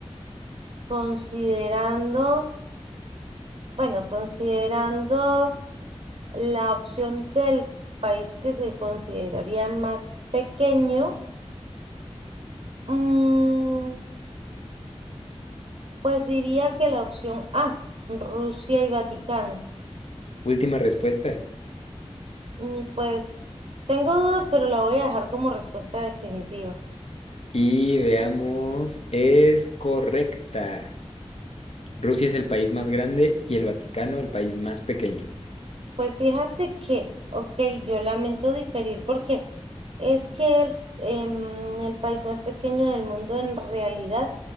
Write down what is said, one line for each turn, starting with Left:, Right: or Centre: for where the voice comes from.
Right: considerando, bueno, considerando la opción del país que se consideraría más pequeño, mm, pues diría que la opción A, Rusia y Vaticano.
Left: Última respuesta.
Right: Mm, pues tengo dudas, pero la voy a dejar como respuesta definitiva.
Left: Y veamos, es correcta. Rusia es el país más grande y el Vaticano el país más pequeño.
Right: Pues fíjate que, ok, yo lamento diferir porque es que el, em, el país más pequeño del mundo en realidad